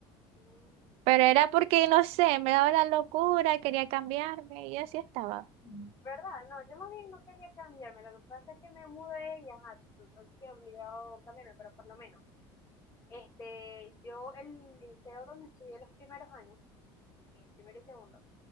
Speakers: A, on the left (about 30°); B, on the right (about 65°).
A: Mm.
B: Pero era porque, no sé, me daba la locura, quería cambiarme y así estaba.
A: ¿Verdad? No, yo más bien no quería cambiarme. Lo que pasa es que me mudé y ajá, tuve que obligado a cambiarme, pero por lo menos. Este, yo el liceo donde estudié los primeros años, de que primero y segundo.